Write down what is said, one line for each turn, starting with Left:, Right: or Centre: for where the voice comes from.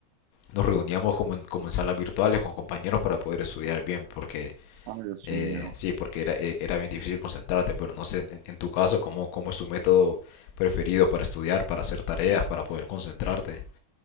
Left: nos reuníamos como en, como en salas virtuales con compañeros para poder estudiar bien, porque
Right: Ay, Dios
Left: eh,
Right: mío.
Left: sí, porque era, eh, era bien difícil concentrarte, pero no sé en, en tu caso cómo, cómo es tu método preferido para estudiar, para hacer tareas, para poder concentrarte.